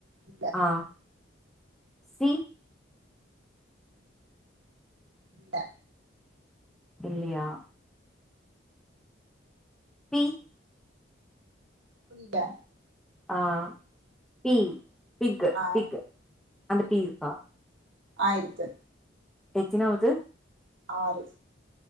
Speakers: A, on the right; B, in the centre.
A: இல்ல
B: ஆ சி
A: இல்ல
B: இல்லையா பி
A: புரியல
B: ஆ பி பிக்
A: ஆ
B: பிக் அந்த பி இருக்கா
A: ஆ இருக்கு
B: எத்தினாவது
A: ஆறு